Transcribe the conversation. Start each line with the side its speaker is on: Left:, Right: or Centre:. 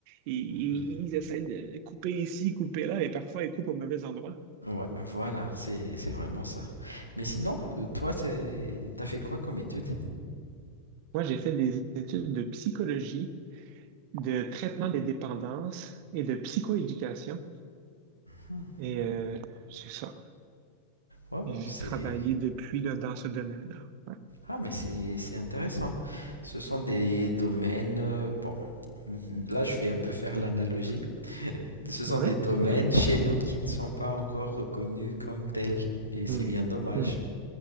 Right: et ils
Left: Mhm.
Right: essaient de couper ici, couper là, et parfois ils coupent au mauvais endroit.
Left: Ouais, voilà, c'est c'est vraiment ça. Mais sinon, euh, toi, c'est t'as fait quoi comme étude?
Right: Moi, j'ai fait des études de psychologie, de traitement des dépendances et de psychoéducation.
Left: Hmm,
Right: Et euh, c'est ça.
Left: Wow,
Right: Et J'ai
Left: c'est
Right: travaillé depuis là, dans ce domaine-là. Ouais.
Left: ah mais c'est c'est intéressant. Ce sont des domaines. euh, Bon, là, je fais un peu faire l'analogie. Ce sont
Right: Oui.
Left: des domaines
Right: Mhm.
Left: chez nous qui ne sont pas encore reconnus comme tels. Et c'est
Right: Mhm.
Left: bien dommage.